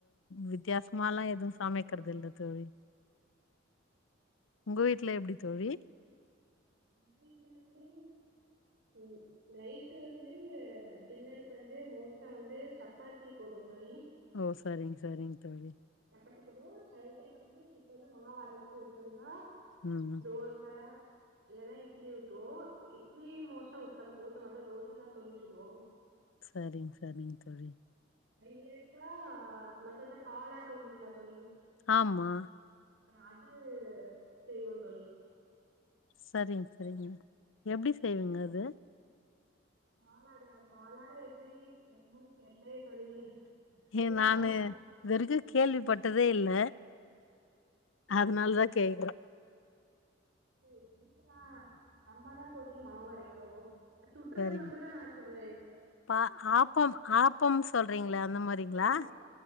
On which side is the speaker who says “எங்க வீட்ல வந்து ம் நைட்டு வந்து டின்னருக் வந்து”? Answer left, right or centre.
Right